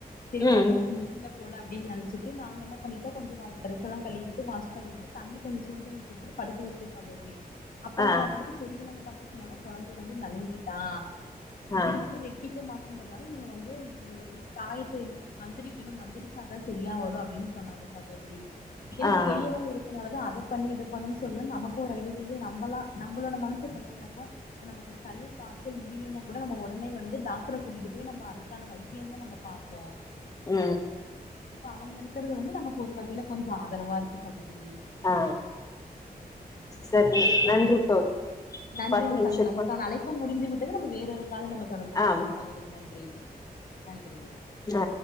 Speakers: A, on the left; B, on the left.
A: சேரி
B: ம்
A: பையனுக்கு முடிலப் போல அப்டின் நெனச்சிட்டு நாங்கென்ன பண்ணிடோ கொஞ்சோவாவ் ட்ரெஸெல்லா கழிவிட்டு வாஷ் பண்ணி விட்டு தண்ணி கொன் சுடுதண்ணி குடுத்துட்டு படுக்கு வஷ்ட்டு சகோதரி அப்பறம்
B: ஆ
A: பாத்ததுக்கு பெரியவங்க பாத்து சொன்னாங்க கொழந்த வந்து நலங்கிட்டா
B: ஆ
A: இது வந்து ரெட்டிப்பூ மாசங்கற்னால நீங்க வந்து இதே து தாயத்து மந்திரிக்கிணு மந்திரிச்சாதா செரியா வரு அப்டின் சொன்னாங்க சகோதிரி எனக்கு
B: ஆ
A: பெரியவங்க இருக்கனாலதா அத பண்ணு இத பண்ணுன் சொல்ல நமக்கு ஒரு ஐடியா தெரிது நம்மளா நம்ளோட மனசு <inaudible> இப்ப நமக்கு சளி காய்ச்சல் முடியலினா கூட நம்ம ஒடனே வந்து டாக்டர கூட்டிட்டு போய் நம்ம அத இதுக்கான வைத்யோந்தா நம்ம பாப்போ
B: அ
A: இப்ப அவங்கிருக்குறது வந்து நமக் ஒருவகைல கொஞ்சோ ஆதரவா இருக்கு சகோதிரி
B: ஆ சரி நன்றி
A: சரி,
B: தோழி
A: நன்றிங்க
B: பத்து நிமிஷத்துக்கு
A: சகு நமக்கான அழைப்பு முடிந்து விட்டது நம்மு வேறரு கால நம்ம தொடர்பு கொள்ளலா
B: ஆ
A: சகோதரி நன்றி நன்றிங்க
B: ஆ